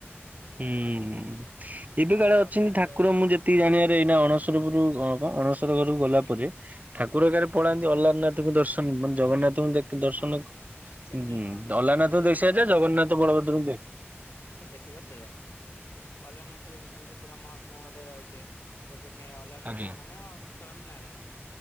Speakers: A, on the right; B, on the left.
A: ହୁଁ ଏବେ
B: ତାପରେ
A: କାଳେ ଅଛନ୍ତି
B: ରଥଯାତ୍ରା
A: ଠାକୁର ମୁଁ ଯେତେ ଜାଣିବାରେ ଏଇନା ଅଣସରପୁରରୁ କ କଣ ଅଣସର ପୁରକୁ ଗଲା
B: ହୁଁ
A: ପରେ ଠାକୁର କାରେ
B: ଆଜ୍ଞା।
A: ପଳାନ୍ତି ଅଲାରନାଥ କୁ ଦର୍ଶନ ମାନେ
B: ଅଲାରନାଥ
A: ଜଗନ୍ନାଥଙ୍କୁ ଦେଖି ଦର୍ଶନ
B: ହଁ ସେଠି
A: ହୁଁ
B: ହଁ
A: ଦଲାରନାଥ
B: ଯେମିତି ପୁରୀରେ
A: ଦେଖି ସାରିଛେ ଜଗନ୍ନାଥ ବଳଭଦ୍ରଙ୍କୁ ଦେ
B: ଏଇ ଯୋଉ ଦେଖିବା ସେଇଆ ଅଲାରନାଥ ବି ସେମିତି ପୁରା ମହାତ୍ମା ଗୋଟେ ରହିଛି ସେଠି ସେ ଅଲରାନାଥ
A: ଆଜ୍ଞା
B: ମାନେ ସ୍ଵୟଂ ନାରାୟଣ